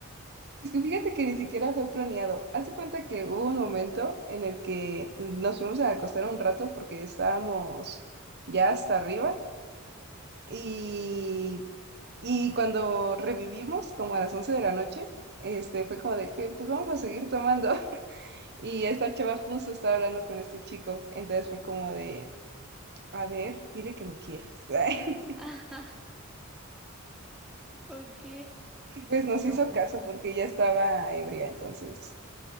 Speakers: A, on the right (about 50°); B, in the centre.
A: Es que fíjate que ni siquiera fue planeado. Haz de cuenta que hubo un momento en el que nos fuimos a acostar un rato porque estábamos ya hasta arriba y, y cuando revivimos, como a las 11 de la noche, este, fue como de que, pues vamos a seguir tomando. Y esta chava justo estaba hablando con este chico, entonces fue como de, a ver, dile que lo quieres. <laughs>
B: <laughs> Ajá. Ok.
A: Y pues nos
B: No,
A: hizo
B: pues
A: caso
B: genial.
A: porque ya estaba ebria, entonces